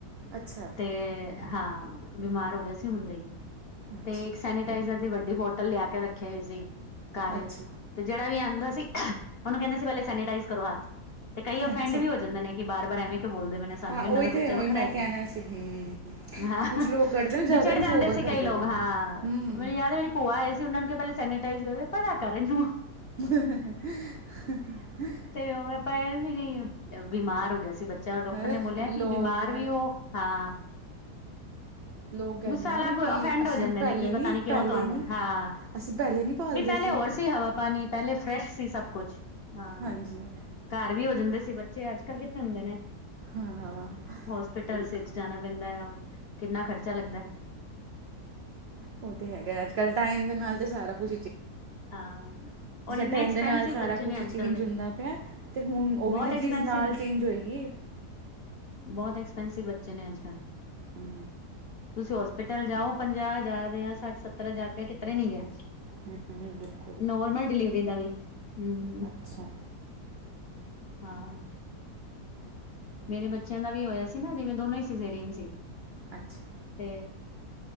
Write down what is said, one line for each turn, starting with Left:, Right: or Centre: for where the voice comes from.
Right: ਅੱਛਾ
Left: ਤੇ ਹਾਂ ਬਿਮਾਰ ਹੋ ਗੇਆ ਸੀ ਹੁਣਦੇ ਈ।
Right: ਅੱਛਾ
Left: ਤੇ ਇੱਕ ਸੈਨੇਟਾਈਜ਼ਰ ਦੀ ਵੱਡੀ ਬੋਟਲ ਲੇਆ ਕੇ ਰੱਖੇ ਓਈ ਸੀ। ਘਾਰ
Right: ਅੱਛਾ
Left: ਇਚ, ਤੇ ਜੇਹੜਾ ਵੀ ਆਂਦਾ ਸੀ ਉਹਨੂੰ ਕੈਹੰਦੇ ਸੀ ਪੈਹਲੇ ਸੈਨੇਟਾਈਜ਼ ਕਰੋ ਹਾਥ। ਤੇ ਕਈ ਓਫੈਂਡ
Right: ਅੱਛਾ
Left: ਵੀ ਹੋ ਜਾਂਦੇ ਨੇ ਕਿ ਬਾਰ-ਬਾਰ ਐਵੇਂ ਕਯੋਂ ਬੋਲਦੇ ਪਏ ਨੇ ਸਾਨੂੰ
Right: ਹਾਂ
Left: ਇਹਨਾਂ
Right: ਉਹੀ
Left: ਦਾ
Right: ਤਾਂ
Left: ਬੱਚਾ ਵੱਖਰੈ
Right: ਉਹੀ ਮੈਂ ਕਹਿਣਾ
Left: ਕਯਾ।
Right: ਸੀ ਹੂੰ ਅਤੇ
Left: ਹਾਂ
Right: ਕੁਛ ਲੋਕ ਕਰਦੇ ਨਾ ਜ਼ਿਆਦਾ
Left: ਵਿਛੜ
Right: ਕੁਛ
Left: ਜਾਂਦੇ
Right: ਓਵਰ
Left: ਸੀ
Right: ਕਰਦੇ
Left: ਕਈ ਲੋਕ
Right: ਪਏ ਨੇ
Left: ਹਾਂ,
Right: ਹੂੰ
Left: ਮੈਨੂੰ ਯਾਦ ਐ ਮੇਰੀ ਭੂਆ ਆਏ ਸੀ ਉਹ ਨੂੰ ਕੇਆ ਪੈਹਲੇ ਸੈਨੀੇਟਾਈਜ਼ ਕਰ ਪਰਾਂ ਕਰ ਇਹਨੂੰ
Right: <inaudible>
Left: ਤੇ ਓਹ ਆਪਾਂ ਐ ਵੀ ਨੀ ਬਿਮਾਰ ਹੋ ਗੇਆ ਸੀ ਬੱਚ ਚਾ ਡਾਕਟਰ
Right: ਹੈ
Left: ਨੇ ਬੋਲੇਆ ਕਿ
Right: ਲੋਕ
Left: ਬਿਮਾਰ ਵੀ ਓ, ਹਾਂ।
Right: ਲੋਕ ਕਹਿੰਦੇ
Left: ਗੁੱਸਾ
Right: ਨੇ
Left: ਅਲੱਗ
Right: ਕਿ
Left: ਐਫੈਂਡ
Right: ਅਸੀਂ
Left: ਹੋ ਜਾਂਦੇ
Right: ਪਹਿਲੇ
Left: ਨੇ ਕੀ ਪਤਾ
Right: ਨਹੀਂ
Left: ਨੀ ਕਿਉਂ
Right: ਪਹਿਲੇ
Left: ਤੋਹਾਣ
Right: ਨਹੀਂ
Left: ਹਾਂ।
Right: ਅਸੀਂ ਪਹਿਲੇ ਨਹੀਂ ਪਾਲਦੇ
Left: ਵੀ ਪੈਹਲੇ ਹੋਰ ਸੀ ਹਵਾ ਪਾਣੀ ਪੈਹਲੇ ਫਰੈਸ਼ ਸੀ ਸਭ ਕੁਛ, ਹਾਂ।
Right: ਹਾਂਜੀ
Left: ਘਰ ਵੀ ਹੋ ਜਾਂਦੇ ਸੀ ਬੱਚੇ ਅੱਜ-ਕੱਲ ਕਿੱਥੇ ਹੁੰਦੇ ਨੇ,
Right: ਹਾਂ
Left: ਹੋਸਪਿਟਲਸ
Right: ਬਿਲਕੁਲ
Left: ਇਚ ਜਾਣਾ ਪੈਂਦਾਂ ਆ, ਕਿੰਨਾ ਖਰਚਾ ਲੱਗਦੈ।
Right: ਉਹ ਤੇ ਹੈਗਾ ਅੱਜ ਕੱਲ ਟਾਈਮ ਦੇ ਨਾਲ ਤੇ ਸਾਰਾ ਕੁਛ ਉਝ
Left: ਹਾਂ। ਔਰ ਇੰਨੇ
Right: ਟੈਮ
Left: ਐਕਸਪੈਂਸਿਵ
Right: ਦੇ ਨਾਲ ਸਾਰਾ
Left: ਬੱਚੇ
Right: ਕੁਛ
Left: ਨੇ ਅੱਜ
Right: ਚੇਂਜ
Left: ਕੱਲ੍ਹ ਦੇ
Right: ਹੁੰਦਾ ਪਿਆ। ਤੇ ਹੁਣ ਉਹ
Left: ਬਹੁਤ
Right: ਵੀ ਤੇ
Left: ਐਕਸਪੈਂਸਿਵ
Right: ਚੀਜ਼ ਨਾਲ
Left: ਬੱਚ
Right: ਚੇਂਜ ਹੋਏਗੀ।
Left: ਬਹੁਤ ਐਕਸਪੈਂਸਿਵ ਬੱਚੇ ਨੇ ਅੱਜ ਕੱਲ੍ਹ
Right: ਹੂੰ,
Left: ਤੁਸੀਂ ਹੋਸਪਿਟਲ ਜਾਓ ਪੰਜਾਹ ਹਜ਼ਾਰ ਜਾਂ ਸੱਠ ਸੱਤਰ ਹਜ਼ਾਰ ਰੁਪਇਆ ਕਿਤਰੇ ਨੀ ਗਿਆ।
Right: ਹੂੰ,
Left: ਨੋਰਮਲ ਡਿਲੀਵਰੀ ਦਾ ਵੀ ਹੂੰ
Right: ਅੱਛਾ
Left: ਹਾਂ। ਮੇਰੇ ਬੱਚਿਆਂ ਦਾ ਵੀ ਹੋਇਆ ਸੀ ਨਾ ਜਿਵੇਂ ਦੋਨੋ ਈ ਸਜੇਰੀਅਨ ਸੀ।
Right: ਅੱਛਾ
Left: ਤੇ